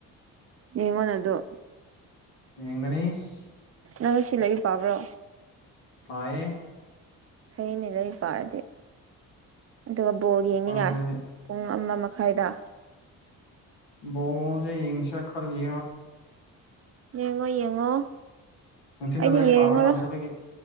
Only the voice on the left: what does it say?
ꯌꯦꯡꯒꯅꯦꯁ
ꯄꯌꯦ
ꯄꯥꯗ꯭ꯔꯗꯤ
ꯕꯣꯜꯁꯦ ꯌꯦꯁꯤꯔ ꯈꯜꯂꯤ
ꯅꯨꯡꯊꯤꯟꯗ
ꯂꯥꯏꯔꯤꯛ
ꯄꯥꯕ ꯉꯝꯗꯕꯒꯤ